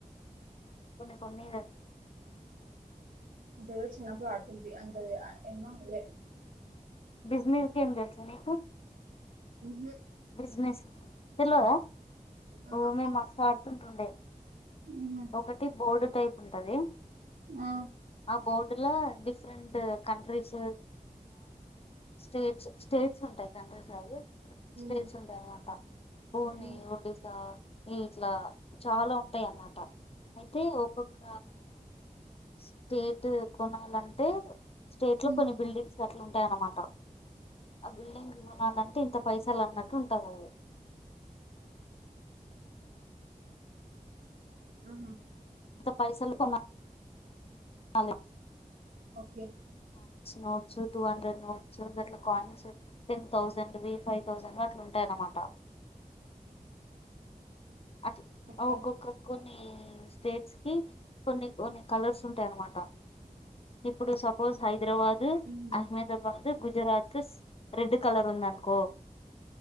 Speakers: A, on the left; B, on the right.
A: కొన్ని కొన్ని
B: అప్పుడ చిన్నప్పుడు ఆడుతుంది అంద ఎమ ఉళ
A: బిజినెస్కి ఏం తెలుసా నీకు
B: ఉమ్ హ్
A: బిజినెస్ తెల్వద
B: ఆహా
A: ఓ మే మస్త్ ఆడుతుంటుండే
B: ఉహు
A: ఒకటి బోర్డు టైప్ ఉంటది
B: ఆ
A: ఆ బోడ్ ఇలా డిఫరెంట్ కంట్రిస్ స్టేట్స్ స్టేట్స్ ఉంటాయి సంతోషారు స్టేట్స్
B: ఉమ్
A: ఉంటాయ అన్నమాట పూణ
B: ఉమ్
A: ఒడిసా ఇట్లా చాలా ఉంటాయి అన్నమాట అయితే ఒక్కొక్క స స్టేట్ కొనాలని అంటే స్టేట్ లో
B: ఉమ్ ఉమ్
A: కొన్ని బిల్డింగ్స్ అట్లా ఉంటాయి ఆన్నమాట, ఆ బిల్డింగ్ కొనాలంటే ఇంత పైసలు అన్నట్టు ఉంటుంది అది
B: ఆహా
A: అంత పైసలు కొ <unintelligible>
B: okay
A: notes two hundred notes అట్ల కాయిన్స్ టెన్ థౌసండ్వి ఫైవ్ థౌసండ్ అట్లా ఉంటాయ అన్నమాట అ
B: ఓకే
A: ఒక ఒకక స్టేట్స్ కి కొన్ని కొన్ని కాలర్స్ ఉంటాయి అనమాట ఇప్పుడు సపోజ్ హైదరాబాద్
B: ఉహు
A: అహ్మదాబాద్ గుజరాత్ రెడ్ కలర్ ఉందనుకో